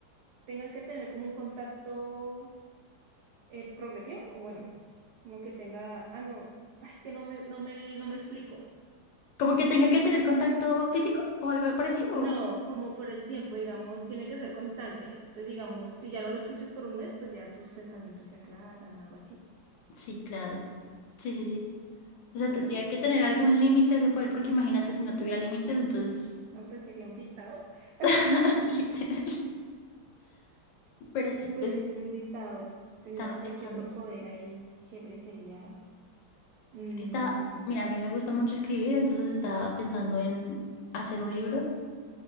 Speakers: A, on the right; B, on the left.
A: tenga que tener como un contacto eh, progresivo, o bueno, como que tenga, ah, no, <laughs> ah, es que no me, no me, no me explico.
B: Como que tenga que tener contacto físico o algo parecido.
A: No,
B: o-
A: como por el tiempo, digamos, tiene que ser constante. Entonces, digamos, si ya no lo escuchas por un mes, pues ya tus pensamientos se aclaran o algo así.
B: Sí, claro. Sí, sí, sí. O sea,
A: Ese
B: tendría
A: podría
B: que
A: ser.
B: tener algún límite ese poder, porque imagínate si no tuviera límites, entonces,
A: No, pues sería un dictado. <laughs>
B: <laughs> literal. Pero sí, pues
A: Podría ser un dictador,
B: estaba
A: pues no sé
B: pensando.
A: qué otro poder ahí chévere sería. Mm.
B: Es que está, mira, a mí me gusta mucho escribir, entonces estaba pensando en hacer un libro